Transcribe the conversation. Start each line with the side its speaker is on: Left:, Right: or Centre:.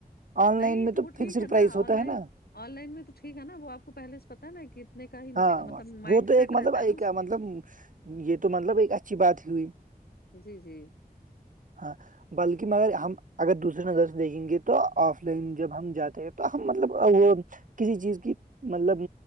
Right: آن
Left: نہیں
Right: لائن میں
Left: تو ٹھیک
Right: فکسڈ
Left: ہے نا
Right: پرائز ہوتا
Left: آن لائن
Right: ہے نا
Left: آن لائن میں تو ٹھیک ہے نا وہ آپ کو پہلے سے پتا ہے نا کہ اتنے کا ہی
Right: ہاںاں
Left: ملے گا مطلب مائنڈ
Right: وہ تو
Left: سیٹ
Right: ایک مطلب
Left: رہتا ہے نا
Right: ایک
Left: اس میں
Right: مطلب یہ تو مطلب ایک اچھی بات ہی ہوئی
Left: جی جی
Right: ہاں بلکہ میں اگر ہم اگر دوسریے نظر سے دیکھیں گے تو آف لائن جب ہم جاتے ہیں تو ہم مطلب وہ کسی چیز کی مطلب